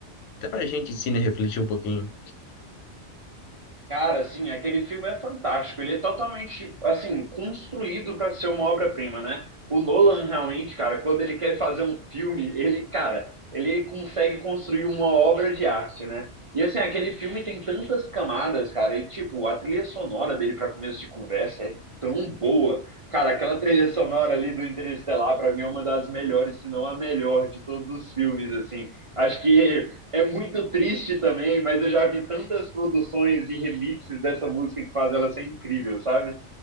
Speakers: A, on the left; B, on the right.
A: Até pra gente, sim, né, refletir um pouquinho.
B: Cara, assim, aquele filme é fantástico. Ele é totalmente, assim, construído para ser uma obra-prima, né? O Nolan realmente, cara, quando ele quer fazer um filme, ele, cara, ele consegue construir uma obra de arte, né? E assim, aquele filme tem tantas camadas, cara, e tipo, a trilha sonora dele para começo de conversa é tão boa. Cara, aquela trilha sonora ali do Interestelar, para mim é uma das melhores, se não a melhor de todos os filmes, assim. Acho que é muito triste também, mas eu já vi tantas produções e remixes dessa música que faz ela ser incrível, sabe?